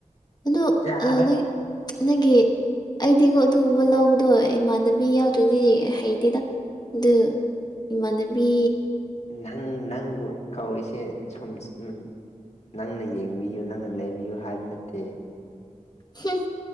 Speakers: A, on the left; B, on the left.
A: ꯑꯗꯣ
B: ꯌꯥꯔꯦ
A: ꯑꯥ ꯅꯪ ꯅꯪꯒꯤ ꯑꯩꯗꯤꯀꯣ ꯑꯗꯨꯒꯨꯝꯕ ꯂꯧꯕꯗꯣ ꯏꯃꯥꯟꯅꯕꯤ ꯌꯥꯎꯗ꯭ꯔꯗꯤ ꯍꯩꯇꯦꯗ ꯗꯨ ꯏꯃꯥꯟꯅꯕꯤ
B: ꯅꯍꯟ ꯅꯪꯕꯨ ꯀꯧꯔꯤꯁꯦ ꯁꯨꯝ ꯎꯝ ꯅꯪꯅ ꯌꯦꯡꯕꯤꯌꯨ ꯅꯪꯅ ꯂꯩꯕꯤꯌꯨ ꯍꯥꯏꯕ ꯅꯠꯇꯦ
A: ꯍꯝ